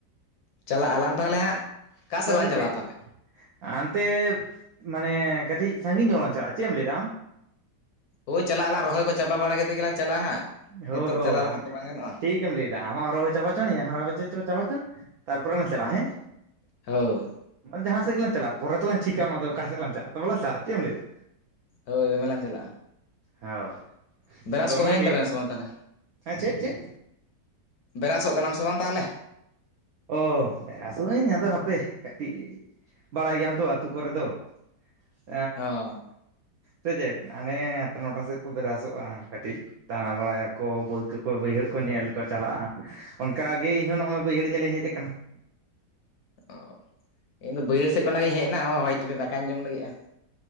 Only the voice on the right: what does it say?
ᱦᱳᱭ
ᱥᱮ
ᱪᱮᱫ
ᱦᱟᱱᱛᱮ ᱢᱟᱱᱮ ᱠᱟᱹᱴᱤᱡ ᱥᱟᱺᱜᱤᱧ ᱧᱚᱜ ᱞᱟᱝ ᱪᱟᱞᱟᱜᱼᱟ, ᱪᱮᱫ ᱮᱢ ᱞᱟᱹᱭᱮᱫᱟ ᱟᱢ?
ᱦᱳᱭ
ᱦᱳᱭ
ᱟᱢ
ᱴᱷᱤᱠ ᱮᱢ ᱞᱟᱹᱭ ᱫᱟ᱾ ᱟᱢᱟᱜ ᱦᱚᱸ ᱨᱚᱦᱚᱭ ᱪᱟᱵᱟ ᱦᱚᱪᱚᱱᱤᱡ ᱤᱧᱟᱜ <unintelligible> ᱪᱟᱵᱟ ᱦᱚᱪᱚᱱ ᱛᱟᱨ ᱯᱚᱨᱮ ᱞᱟᱝ ᱪᱟᱞᱟᱜᱼᱟ ᱦᱮᱸ᱾
ᱢᱟᱱᱮ ᱡᱟᱦᱟᱸ ᱥᱮᱫ ᱜᱮᱞᱟᱝ ᱪᱟᱞᱟᱜ ᱯᱚᱨᱮ ᱛᱮᱞᱟᱝ ᱴᱷᱤᱠᱟ ᱚᱱᱟ ᱫᱚ ᱚᱠᱟ ᱥᱮᱫ ᱞᱟᱝ ᱪᱟᱞᱟᱜᱼᱟ, ᱛᱚᱵᱮ ᱞᱟᱝ ᱪᱟᱞᱟᱜᱼᱟ, ᱪᱮᱫ ᱮᱢ ᱞᱟᱹᱭ ᱮᱫᱟ?
ᱦᱳᱭ᱾
ᱟᱫᱚ
ᱚᱱᱟᱜᱮ
ᱦᱮᱸ ᱪᱮᱫ ᱪᱮᱫ,
ᱚ ᱵᱮᱨᱟᱥᱚᱜ ᱤᱧ ᱟᱫᱚ ᱦᱟᱯᱮ ᱠᱟᱹᱴᱤᱡ ᱵᱟᱲᱟᱭ ᱜᱮᱭᱟᱢ ᱛᱚ ᱟᱛᱳ ᱠᱚᱨᱮ ᱫᱚ ᱾ <unintelligible>
ᱥᱮ ᱪᱮᱫ ᱦᱟᱱᱮ ᱟᱴᱴᱟ ᱱᱚᱴᱟ ᱥᱮᱫ ᱠᱚ ᱵᱮᱨᱟᱥᱚᱜᱼᱟ, ᱠᱟᱹᱴᱤᱡ ᱫᱟᱬᱟ ᱵᱟᱲᱟᱭᱟᱠᱚ ᱵᱟᱹᱫᱽ ᱠᱚᱠᱚ ᱵᱟᱹᱭᱦᱟᱹᱲ ᱠᱚ ᱧᱮᱞ ᱠᱚ ᱪᱟᱞᱟᱜᱼᱟ ᱚᱱᱠᱟ ᱜᱮ ᱤᱧ ᱦᱚᱸ ᱱᱚᱜᱼᱚᱭ ᱵᱟᱹᱭᱦᱟᱹᱲ ᱧᱮᱞ ᱤᱧ ᱦᱮᱡ ᱟᱠᱟᱱᱟ ᱾